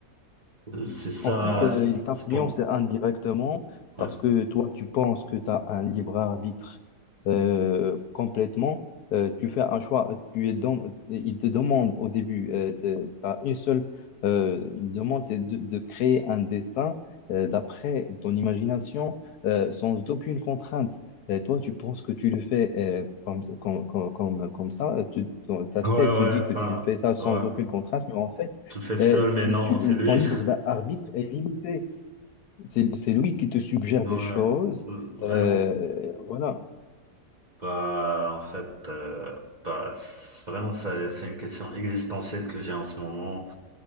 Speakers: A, on the right; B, on the left.
A: Euh, C'est ça,
B: En fait, euh,
A: c'est
B: il t'influence
A: c'est bon.
B: indirectement
A: Ouais,
B: parce que toi, tu penses que tu as un libre arbitre euh, complètement. Euh, tu fais un choix, euh, tu es dans, il te demande au début, tu as une seule euh, une demande, c'est de, de créer un dessin euh, d'après ton imagination euh, sans aucune contrainte. Et toi, tu penses que tu le fais euh, comme, comme, comme, comme, comme ça, Tu- ton- ta
A: ouais,
B: tête
A: ouais.
B: te dit que
A: Enfin,
B: tu fais ça sans
A: ouais.
B: aucune contrainte, mais en fait,
A: Tu le fais seul,
B: euh,
A: mais
B: tu-
A: non,
B: tu- le
A: c'est lui.
B: temps libre d'arbitre
A: <laughs>
B: est limité. C'est c'est lui qui te suggère
A: Ouais,
B: des choses.
A: vraiment.
B: Euh, voilà.
A: Bah, en fait, euh, bah, c'est- vraiment, ça- c'est une question existentielle que j'ai en ce moment,